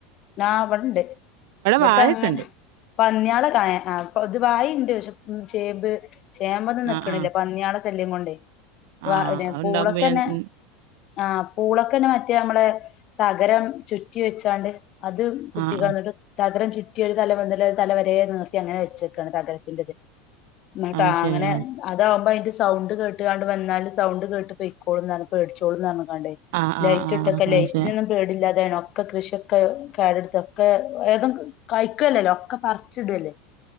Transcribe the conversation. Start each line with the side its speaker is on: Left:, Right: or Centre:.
Left: നാ ഇവിടെണ്ട് ഇവിടക്ക്
Right: വായൊക്കെ
Left: അങ്ങനെ
Right: ഉണ്ട്
Left: പന്നിയാള്കായ ആ പൊതുവായുണ്ട് പക്ഷെ ചേമ്പ് ചേമ്പൊന്ന് നിക്കണില്ല
Right: ആഹ് ആഹ്
Left: പന്നിയാള് ശല്യം കൊണ്ടെ വ
Right: ആഹ്
Left: പിന്ന
Right: അത്ണ്ടാവുമ്പോ
Left: പൂളക്ക്ന്നെ
Right: പിന്നെ ഉം
Left: ആഹ് പൂളക്ക്ന്നെ മറ്റേ നമ്മളെ തകരം ചുറ്റി വെച്ചാണ്ട് അത് കുത്തി
Right: ആഹ്
Left: കടഞ്ഞിട്ട്
Right: ആഹ്
Left: തകരം ചുറ്റിയൊരു തല മുതൽ തല വരെ നീർത്തി അങ്ങനെ വെച്ചേക്കാണ് തകരത്തിന്റത് ന്നിട്ടാ
Right: അത് ശരിയാ
Left: അങ്ങനെ അതാവുമ്പോ അതിന്റെ സൗണ്ട് കേട്ടുകാണ്ട് വന്നാല് സൗണ്ട് കേട്ട് പൊയ്ക്കോളും പറഞ്ഞ പേടിച്ചോളുംന്ന് റഞ്ഞകാണ്ടേ
Right: ആഹ് ആഹ്
Left: ലൈറ്റ്
Right: ആഹ്
Left: ഇട്ടൊക്കെ ലൈറ്റിനൊന്നും
Right: അത് ശരി
Left: പേടില്ലാതാണ് ഒക്കെ കൃഷിയൊക്കെ കേടരുത്തൊക്കെ ഏതും കഴിക്കുല്ലല്ലോ ഒക്കെ പറിച്ച് ഇടല്ലേ